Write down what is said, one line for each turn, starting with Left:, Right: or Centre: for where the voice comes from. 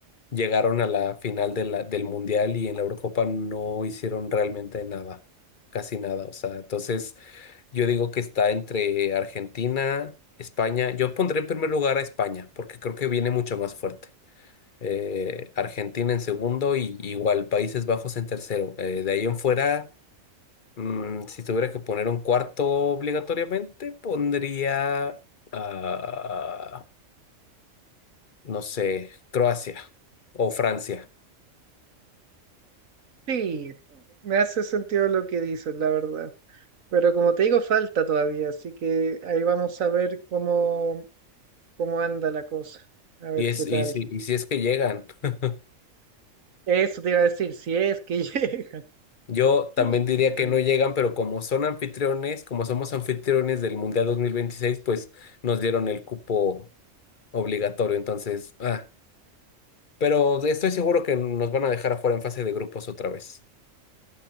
Left: llegaron a la final de la- del Mundial y en la Eurocopa no hicieron realmente nada, casi nada. O sea, entonces yo digo que está entre Argentina, España. Yo pondré en primer lugar a España porque creo que viene mucho más fuerte. Eh, Argentina en segundo y igual Países Bajos en tercero. Eh, de ahí en fuera, mm, si tuviera que poner un cuarto obligatoriamente, pondría, ah, no sé, Croacia o Francia.
Right: Sí, me hace sentido lo que dices, la verdad. Pero como te digo, falta todavía, así que ahí vamos a ver cómo, cómo anda la cosa, a ver
Left: Y, es,
Right: qué
Left: y,
Right: tal.
Left: si, y si es que llegan. <laughs>
Right: Eso te iba a decir, si es que llega.
Left: Yo también
Right: <laughs>
Left: diría
Right: Justamente.
Left: que no llegan, pero como son anfitriones, como somos anfitriones del Mundial 2026, pues nos dieron el cupo obligatorio. Entonces, ah, pero estoy seguro que nos van a dejar afuera en fase de grupos otra vez.